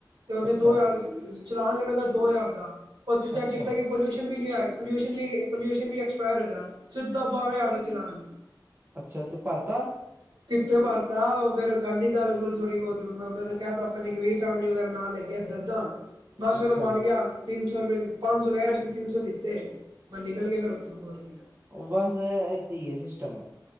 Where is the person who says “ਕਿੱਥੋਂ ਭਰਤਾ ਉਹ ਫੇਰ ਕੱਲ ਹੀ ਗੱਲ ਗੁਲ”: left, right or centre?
Right